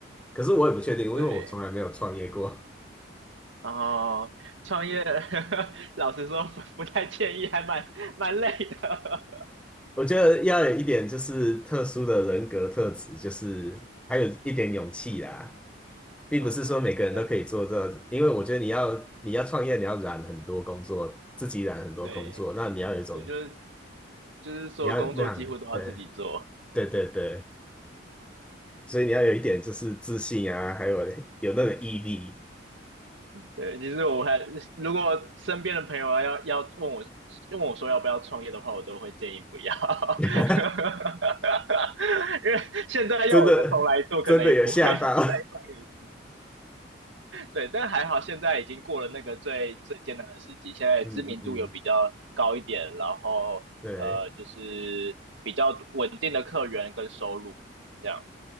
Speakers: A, in the centre; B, on the right (about 75°).
A: 可是我也不确定，因为我从来没有创业过。
B: 对，然后创业，<laughs> 老实说不不太建议，还蛮蛮累的。
A: 我觉得要有一点就是特殊的人格特质，就是还有一点勇气啦，并不是说每个人都可以做这，
B: <laughs> 哦，对
A: 因为我觉得你要你要创业，你要染很多工作，自己染很多工作，
B: 对
A: 那你要有一种
B: 对，就是就是所有工作几乎都要自己做。
A: 你要那样，对对对对，所以你要有一点就是自信啊，还有有那个毅力，
B: 对，其实我还如果身边的朋友啊要要问我问我说要不要创业的话，我都会建议不要，<laughs>
A: <laughs>
B: 因为现在要我再重来做，
A: 真的真的有吓到，
B: 可能也不会再再创业一对，但还好现在已经过了那个最最艰难的时期，
A: <laughs>
B: 现在知名度有比较高一点，
A: 嗯嗯嗯，
B: 然后呃，
A: 对。
B: 就是比较稳定的客源跟收入这样。